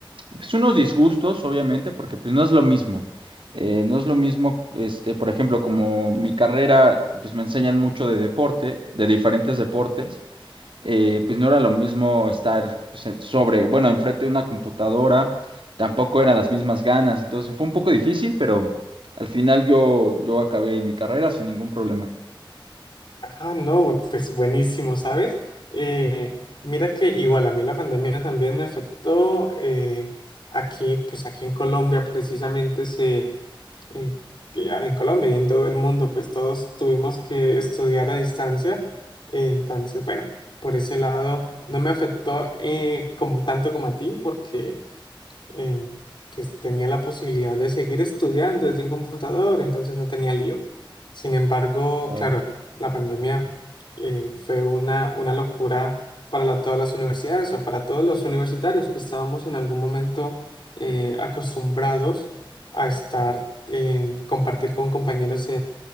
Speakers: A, on the right (about 70°); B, on the left (about 60°).
A: pues unos disgustos, obviamente, porque pues no es lo mismo. Eh, no es lo mismo, este, por ejemplo, como mi carrera, pues me enseñan mucho de deporte, de diferentes deportes eh, pues no era lo mismo estar pues, en- sobre, bueno, enfrente de una computadora, tampoco eran las mismas ganas, entonces fue un poco difícil, pero al final yo, yo acabé mi carrera sin ningún problema.
B: Ah, no, pues buenísimo, ¿sabes? Eh, mira que igual a mí la pandemia también me afectó. eh, aquí, pues aquí en Colombia precisamente se, eh, que ya en Colombia y en todo el mundo, pues todos tuvimos que estudiar a distancia. entonces, bueno, por ese lado no me afectó eh, como, tanto como a ti porque eh, pues tenía la posibilidad de seguir estudiando desde un computador, entonces no tenía lío. Sin embargo,
A: Claro.
B: claro, la pandemia eh, fue una, una locura para la- todas las universidades o para todos los universitarios que estábamos en algún momento eh, acostumbrados a estar en compartir con compañeros